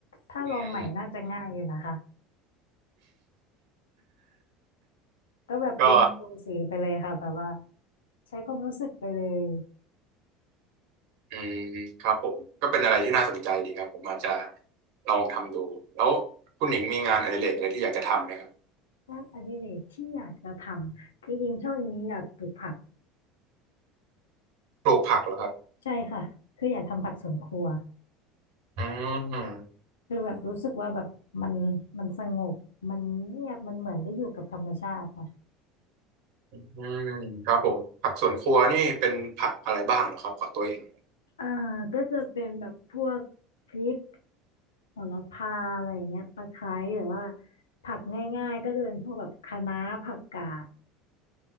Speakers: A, on the left; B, on the right.
A: ถ้าลองใหม่น่าจะง่ายอยู่นะคะ
B: อืม
A: ก็แบบลงลงสีไปเลยค่ะแบบว่า
B: ก็
A: ใช้ความรู้สึกไปเลย
B: อืมครับผมก็เป็นอะไรที่น่าสนใจดีครับผมอาจจะลองทำดูแล้วคุณหนิงมีงานอดิเรกอะไรที่อยากจะทำไหมครับ
A: งานอดิเรกที่อยากจะทำจริงๆช่วงนี้อยากปลูกผัก
B: ปลูกผักเหรอครับ
A: ใช่ค่ะคืออยากทำผักสวนครัว
B: อืม
A: คือแบบรู้สึกว่าแบบมันมันสงบมันเงียบมันเหมือนได้อยู่กับธรรมชาติค่ะ
B: อืมครับผมผักสวนครัวนี่เป็นผักอะไรบ้างเหรอครับขอตัวเอง
A: อ่าก็จะเป็นแบบพวกพริก โหระพาอะไรอย่างเงี้ยตะไคร้หรือว่าผักง่ายๆก็จะเป็นพวกแบบคะน้าผักกาด